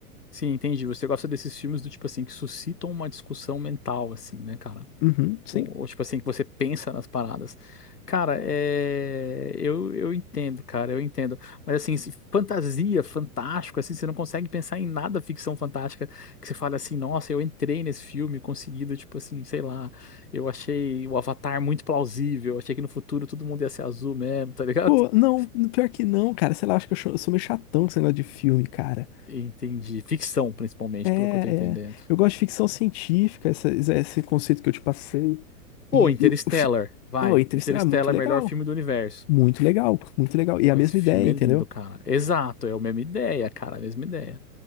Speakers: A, on the left (about 85°); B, on the left (about 45°).
A: Sim, entendi. Você gosta desses filmes do tipo assim, que suscitam uma discussão mental, assim, né, cara?
B: Uhum, sim.
A: ou, ou, tipo assim, que você pensa nas paradas. Cara, é... eu, eu entendo, cara, eu entendo. Mas assim, se- fantasia, fantástico, assim, você não consegue pensar em nada ficção fantástica que você fala assim, nossa, eu entrei nesse filme conseguido, tipo assim, sei lá, eu achei o Avatar muito plausível, eu achei que no futuro todo mundo ia ser azul mesmo, tá ligado?
B: Pô,
A: <laughs>
B: não, pior que não, cara. Sei lá, acho que eu, cho- eu sou meio chatão com esse negócio de filme, cara.
A: Entendi. Ficção, principalmente,
B: É, é.
A: pelo que eu tô entendendo.
B: Eu gosto de ficção científica, essa- esse conceito que eu te passei.
A: Pô,
B: E
A: Interstellar,
B: eu, fi-
A: vai.
B: não, e Interestelar
A: Interstellar
B: é muito legal.
A: é o melhor filme do universo.
B: Muito legal, muito legal.
A: Porra,
B: E a mesma
A: esse filme
B: ideia,
A: é
B: entendeu?
A: lindo, cara. Exato, é a mesma ideia, cara, a mesma ideia.